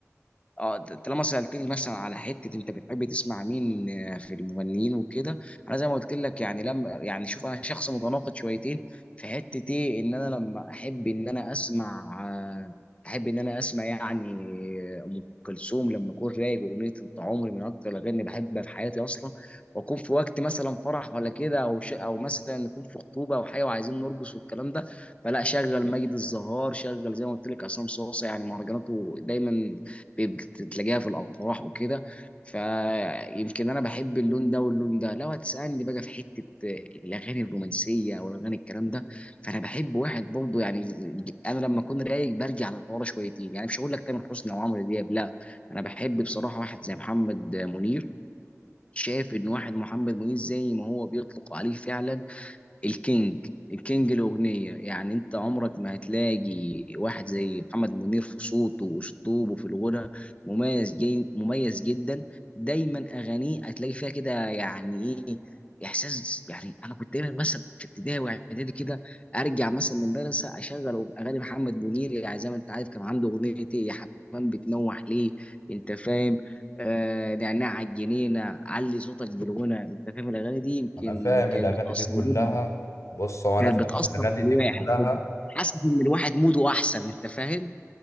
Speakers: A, on the left; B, on the left.
A: اه ط- طالما سألتني مثلا على حتة انت بتحب تسمع مين آه، في المغنيين وكده انا زي ما قلت لك يعني لما يعني شوف انا شخص متناقض شويتين في حتة ايه ان انا لما احب ان انا اسمع آه، احب ان انا اسمع يعني آه، ام كلثوم لما اكون رايق واغنية انت عمري من اكتر الاغاني اللي بحبها في حياتي اصلا واكون في وقت مثلا فرح ولا كده او ش... او مثلا نكون في خطوبة او حاجة وعايزين نرقص والكلام ده فلا شغل مجد الزهار شغل زي ما قلت لك عصام صاصا يعني مهرجاناته دايما بيبقى تلاقيها في الافراح وكده فيمكن انا بحب اللون ده واللون ده لو هتسالني بقى في حته الاغاني الرومانسيه او الاغاني الكلام ده فانا بحب واحد برضه يعني انا لما اكون رايق برجع لورا شويتين يعني مش هقول لك تامر حسني او عمرو دياب لا انا بحب بصراحه واحد زي محمد منير شايف ان واحد محمد منير زي ما هو بيطلق عليه فعلا الكينج الكينج الأغنية يعني أنت عمرك ما هتلاقي واحد زي محمد منير في صوته وأسلوبه في الغنى مميز جي مميز جدا دايما أغانيه هتلاقي فيها كده يعني إيه إحساس يعني أنا كنت دايما مثلا في ابتدائي وإعدادي كده أرجع مثلا من المدرسة أشغل أغاني محمد منير يعني زي ما أنت عارف كان عنده أغنية إيه يا حمام بتنوح ليه أنت فاهم آه نعناع على الجنينة علي صوتك بالغنى أنت فاهم الأغاني دي يمكن
B: انا فاهم
A: كانت
B: الاغاني
A: بتأثر
B: دي كلها
A: جدا
B: بص هو
A: كانت
B: انا فاهم
A: بتأثر
B: الاغاني
A: في الواحد
B: دي كلها
A: بت- حاسس ان الواحد موده احسن انت فاهم